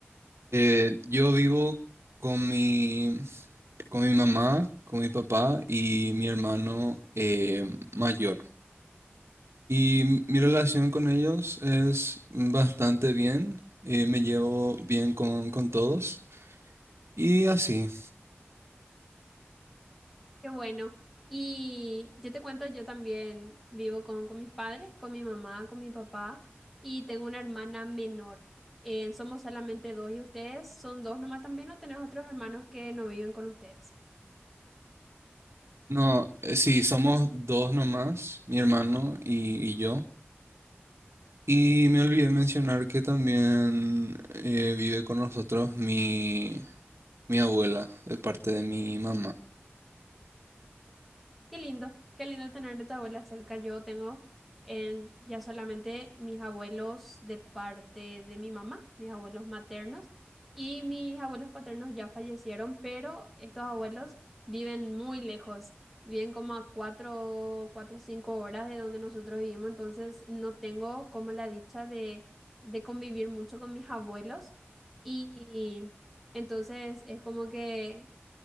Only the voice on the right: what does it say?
Eh, yo vivo con mi, con mi mamá, con mi papá y mi hermano eh, mayor. Y m- mi relación con ellos es bastante bien. eh, me llevo bien con, con todos. Y así.
No, eh, sí, somos dos nomás, mi hermano y, y yo. Y me olvidé mencionar que también eh, vive con nosotros mi, mi abuela, de parte de mi mamá.